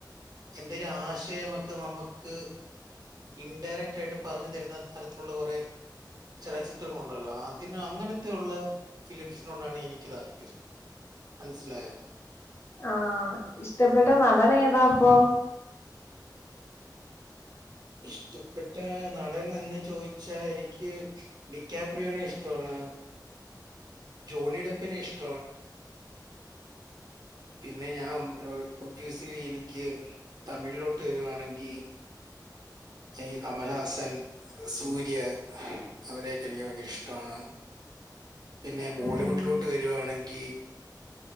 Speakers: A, on the right; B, on the left.
A: എന്തെങ്കിലും ആശയമൊക്കെ നമുക്ക് ഇൻഡയറക്റ്റ് ആയിട്ട് പറഞ്ഞു തരുന്ന അത്തരത്തിലുള്ള കുറെ ചലച്ചിത്രങ്ങൾ ഉണ്ടല്ലോ അതിന് അങ്ങനത്തെ ഉള്ള ഫിലിംസിനു കൊണ്ടാണ് എനിക്ക് താല്പര്യം മനസ്സിലായോ
B: ആഹ് ഇഷ്ടപ്പെട്ട നടൻ ഏതാ ഓ
A: ഇഷ്ടപ്പെട്ട നടൻ എന്ന് ചോദിച്ചാൽ എനിക്ക് ഡിക്കാപ്രിയോനെ ഇഷ്ടമാണ് ജോണിടുപ്പിനെ ഇഷ് പിന്നെ ഞാൻ എനിക്ക് ഓബിയസിലി എനിക്ക് തമിഴിലോട്ട് വരിവാണെങ്കി എനിക്ക് കമൽഹാസൻ സൂര്യ അവരെയൊക്കെ എനിക്ക് ഭയങ്കര ഇഷ്ട ആണ് പിന്നെ ബോളിവുഡിലോട്ട്
B: ഉം
A: വരിവാണെങ്കിൽ